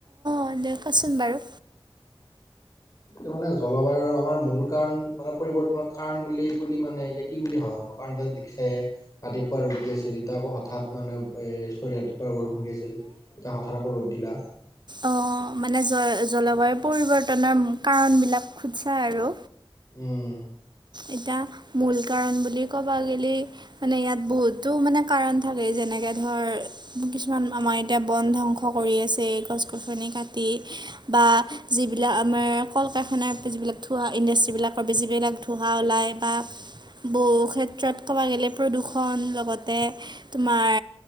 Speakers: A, on the right; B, on the left.
A: অ', <unintelligible> কোৱাচোন বাৰু
B: এটো মানে, জলবায়ুৰ আমাৰ মূল কাৰণ মানে পৰিৱৰ্তনৰ কাৰণ বুলি কলি মানে এতিয়া কি বুলি ভাবা নো? <unintelligible> দেখিছায়ে, ৰাতিপুৱা ৰদ দি আছিল ইটা আকৌ হঠাৎ মানে এ চৰি ৰাতিপুৱা বৰষুণ দি আছিল, এতিয়া হঠাৎ আকৌ ৰ'দ দিলা।
A: অ', মানে জ জলবায়ু পৰিৱৰ্তনৰ কাৰণ বিলাক সুধচা আৰু
B: উম।
A: এতিয়া, মূল কাৰণ বুলি ক'বা গে'লে মানে ইয়াত বহুতো মানে কাৰণ থাকে যেনেকে ধৰ বু কিছুমান, আমাৰ এতিয়া বন ধ্বংস কৰি আছে এই গছ গছনি কাটি বা যিবিলাক আমাৰ কল কাৰখানাৰ যিবিলাক ধোৱা ইণ্ডাষ্ট্ৰিবিলাকৰ যিবিলাক ঠুহা ওলায় বা বহু ক্ষেত্ৰত ক'ব গ'লে প্ৰদূষণ লগতে তোমাৰ,